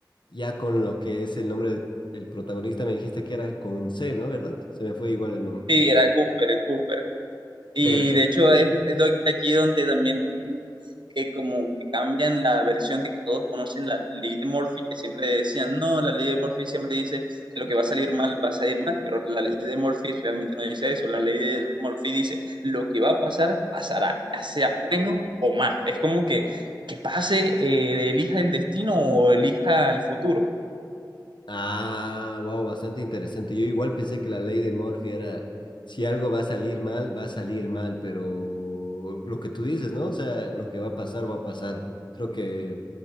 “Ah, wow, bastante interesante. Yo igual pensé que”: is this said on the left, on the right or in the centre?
Left